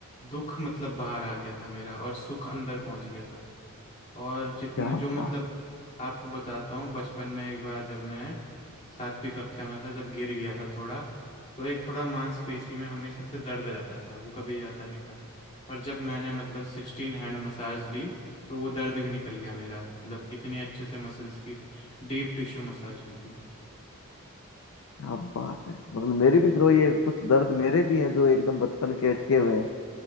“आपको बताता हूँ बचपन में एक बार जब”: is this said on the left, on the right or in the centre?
Left